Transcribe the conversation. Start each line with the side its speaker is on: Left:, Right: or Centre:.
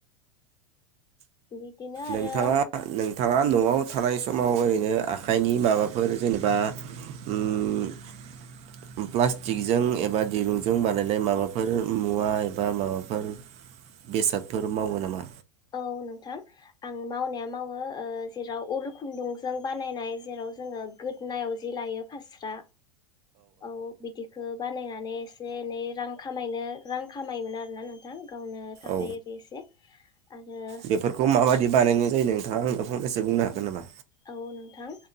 Left: बिदिनो आरो
Right: नोंथाङा नोंथाङा न'आव
Left: औ
Right: थानाय सम माव ओरैनो आखाइनि माबाफोर जेनेबा उम प्लास्टिकजों एबा दिरुंजों बानायनाय माबाफोर मुवा एबा माबाफोर बेसादफोर मावो नामा?
Left: औ नोंथां आं मावनाया मावो ओ जेराव उल खुन्दुंजों बानायनाय जेराव जोङो गोदनायाव जि लायो फास्रा औ बिदिखौ बानायनानै एसे एनै रां खामायनो रां खामायोमोन आरोना नोंथां गावनो थाखाय
Right: औ
Left: ओरै एसे आरो
Right: बेफोरखौ माबायदि बानायनाय जायो आंनो माखासे बुंनो हाग नामा?
Left: औ नोंथां